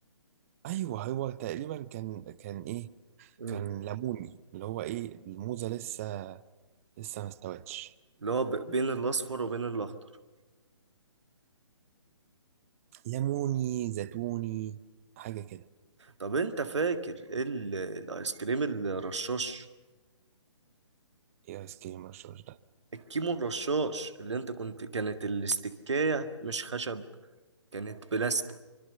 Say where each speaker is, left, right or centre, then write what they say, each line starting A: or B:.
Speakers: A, on the right; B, on the right.
A: ايوه هو تقريبا كان كان ايه
B: مم.
A: كان ليموني اللي هو ايه الموزه لسه لسه ما استوتش
B: اللي هو ب- بين الاصفر وبين الاخضر
A: ليموني زيتوني حاجه كده
B: طب انت فاكر ال- الايس كريم الرشاش
A: ايه ايس كريم الرشاش ده
B: الكيمو الرشاش اللي انت كنت كانت الاستكاية مش خشب كانت بلاستيك